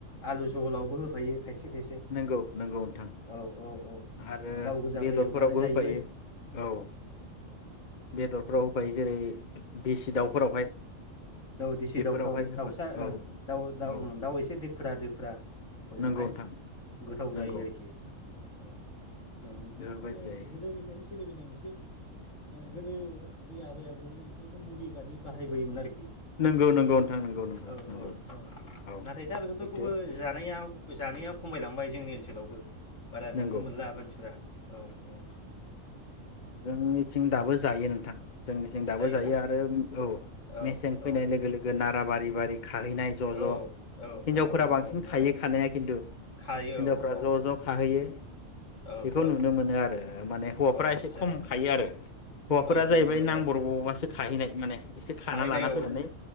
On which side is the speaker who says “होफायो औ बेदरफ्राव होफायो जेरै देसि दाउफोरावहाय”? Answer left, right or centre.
Left